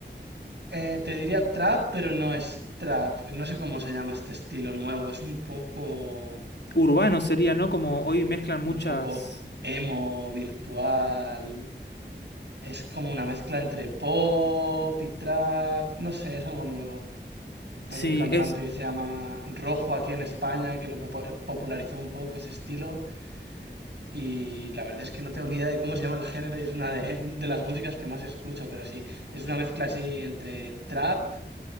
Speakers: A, on the right; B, on the left.
A: eh, te diría trap, pero no es trap. No sé cómo se llama este estilo nuevo. Es un poco,
B: urbano sería, ¿no? Como hoy mezclan muchas...
A: un poco emo virtual. Es como una mezcla entre pop y trap. No sé, es algo nuevo. Hay
B: Sí,
A: un cantante
B: es...
A: que se llama Rojo aquí en España que lo popu- popularizó un poco ese estilo. Y la verdad es que no tengo ni idea de cómo se llama el género y es una de, de las músicas que más escucho, pero sí, es una mezcla así entre trap